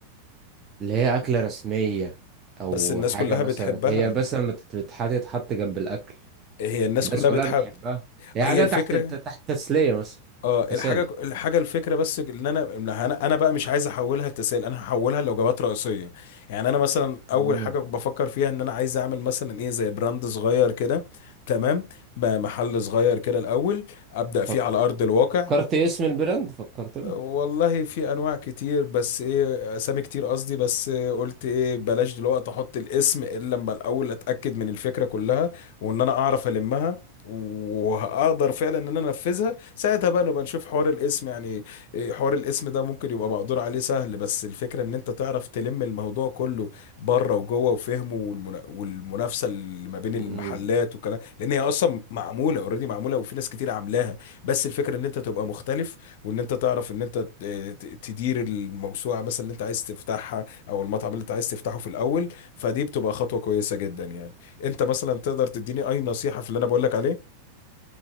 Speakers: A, on the right (about 25°); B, on the left (about 50°).
A: اللي هي أكلة رسمية أو
B: بس الناس
A: حاجة
B: كلها
A: مثلا
B: بتحبها
A: هي بس لما تت- بتتحط تحط جنب الأكل
B: هي الناس
A: الناس
B: كلها
A: كلها
B: بتحب
A: بتحبها هي
B: هي
A: حاجة
B: الفكره
A: تحت تحت تسلية مثلا
B: اه
A: تسالي
B: الحاجه الحاجه الفكره بس ان انا انا أنا بقى مش عايز احولها لتسائل انا هحولها لوجبات رئيسيه يعني انا مثلا اول
A: مم.
B: حاجه بفكر فيها ان انا عايز اعمل مثلا ايه زي براند صغير كده تمام م- محل صغير كده الاول ابدا
A: فك...
B: فيه على ارض الواقع
A: فكرت اسم البراند فكرت له
B: والله في انواع كتير بس ايه اسامي كتير قصدي بس إيه قلت ايه بلاش دلوقتي احط الاسم الا لما الاول اتاكد من الفكره كلها وان انا اعرف المها وهقدر فعلا ان انا انفذها ساعتها بقى نبقى نشوف حوار الاسم يعني إيه حوار الاسم ده ممكن يبقى مقدور عليه سهل بس الفكره ان انت تعرف تلم الموضوع كله بره وجوه وفهمه والمنا- والمنافسه اللي ما بين
A: مم.
B: المحلات والكلام لان هي اصلا معموله اوريدي معموله وفي ناس كتير عاملاها بس الفكره ان انت تبقى مختلف وان انت تعرف ان انت ت- ت- تدير الموسوعه مثلا اللي انت عايز تفتحها او المطعم اللي انت عايز تفتحه في الاول فدي بتبقى خطوه كويسه جدا يعني انت مثلا تقدر تديني اي نصيحه في اللي انا بقول لك عليه